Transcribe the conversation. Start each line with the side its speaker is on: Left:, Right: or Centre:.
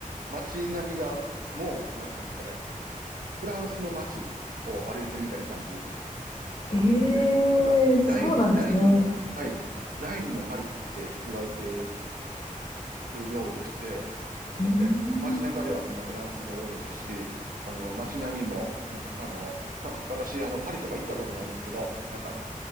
Right: 街並みが、もう、なんていうんですかね、フランスの街を歩いてるみたいな感じ。
Left: ええーそうなんですね。
Right: なので、なんか、第二、第二の、はい、第二のパリって言われてるようでして、なので、
Left: うーん。
Right: 街中ではみんなフランス語ですし、あの、街並みも、むあの、まあ、私、あの、パリとか行ったことないんですけど、なんか、